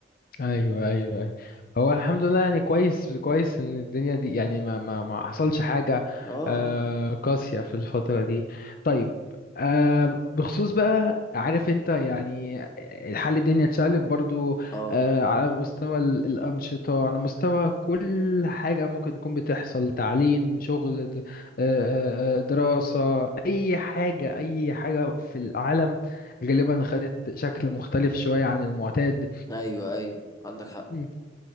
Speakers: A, on the left; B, on the left.
A: ايوه ايوه ايوه هو الحمد لله يعني كويس كويس ان الدنيا دي يعني ما ما ما حصلش حاجه
B: اه
A: آه قاسيه في الفتره دي طيب آه بخصوص بقى عارف انت يعني الحال الدنيا اتشقلب برضو
B: اه
A: آه على مستوى ال- الانشطه على مستوى كل حاجه ممكن تكون بتحصل تعليم شغل د- آه آه، آه، دراسه اي حاجه اي حاجه في العالم غالبا خدت شكل مختلف شويه عن المعتاد
B: ايوه ايوه عندك حق
A: مم.